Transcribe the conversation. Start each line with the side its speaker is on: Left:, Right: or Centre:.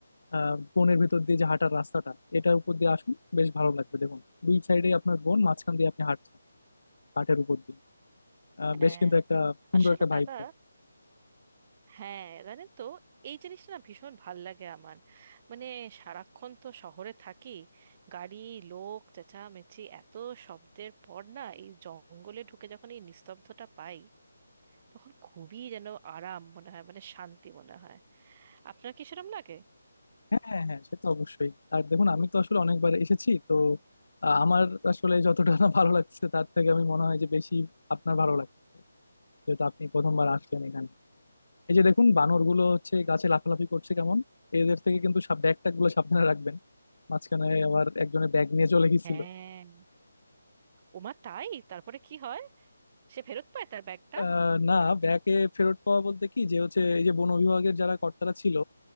Left: আহ বনের ভেতর দিয়ে যে হাঁটার রাস্তাটা এটার উপর দিয়ে আসুন বেশ ভালো লাগবে দেখুন দুই সাইডে আপনার বন মাঝখান দিয়ে আপনি হাঁটছেন কাঠের উপর দিয়ে আহ,
Right: হ্যাঁ
Left: বেশ কিন্তু একটা সুন্দর
Right: আসলে
Left: একটা
Right: দাদা
Left: ভাইব
Right: হ্যাঁ জানেন তো এই জিনিসটা না ভীষণ ভাল লাগে আমার মানে সারাক্ষণ তো শহরে থাকি গাড়ি লোক চেঁচামেচি এত শব্দের পর না এই জঙ্গলে ঢুকে যখন এই নিস্তব্ধতা পাই তখন খুবই যেন আরাম মনে হয় মানে শান্তি মনে হয় আপনার কি সেরকম লাগে
Left: হ্যাঁ হ্যাঁ হ্যাঁ সে তো অবশ্যই আর দেখুন আমি তো আসলে অনেকবার এসেছি তো আহ, আমার আসলে যতটা না ভালো লাগছে তার থেকে আমি মনে হয় যে বেশি আপনার ভালো লাগছে যেহেতু আপনি প্রথমবার আসলেন এখানে এই যে দেখুন বানরগুলো হচ্ছে গাছে লাফালাফি করছে কেমন এদের থেকে কিন্তু সব ব্যাগ ট্যাগ গুলো সাবধানে রাখবেন মাঝখানে আবার একজনের ব্যাগ নিয়ে চলে গেছিল
Right: হ্যাঁ ওমা তাই তারপরে কি হয় সে ফেরত পায় তার ব্যাগটা
Left: আহ, না ব্যাগে ফেরত পাওয়া বলতে কি যে হচ্ছে এই যে বন বিভাগের যারা কর্তারা ছিল